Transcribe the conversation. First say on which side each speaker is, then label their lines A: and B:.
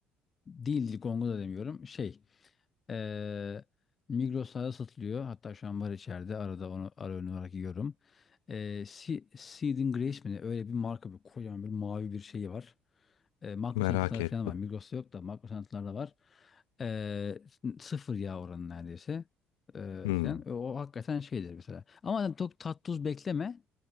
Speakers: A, on the left; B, on the left.
A: değil Ligongo da demiyorum. Şey ee, Migros'ta satılıyor. Hatta şu an var içeride. Arada onu ara öğün olarak yiyorum. Ee, Se- Seed and Grace mi ne? Öyle bir marka bir kocaman bir mavi bir şeyi var. E, makro
B: Merak
A: santralar
B: ettim.
A: falan var. Migros'ta yok da makro santralarda var. E, sıfır yağ oranı neredeyse. E,
B: Hmm,
A: falan. E, O, hakikaten şeydir mesela. Ama hani çok tat tuz bekleme.